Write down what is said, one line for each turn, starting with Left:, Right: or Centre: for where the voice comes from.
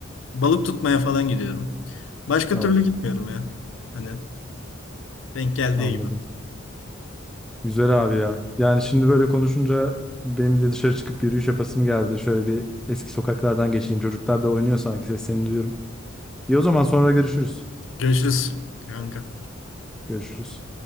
Left: balık tutmaya falan gidiyorum. Başka
Centre: Oh,
Left: türlü gitmiyorum ya. Hani denk geldiği
Centre: anladım.
Left: gibi.
Centre: Güzel abi ya. Yani şimdi böyle konuşunca benim de dışarı çıkıp yürüyüş yapasım geldi. Şöyle bir eski sokaklardan geçeyim. Çocuklar da oynuyor sanki seslerini duyuyorum. İyi o zaman sonra görüşürüz.
Left: Görüşürüz kanka.
Centre: Görüşürüz.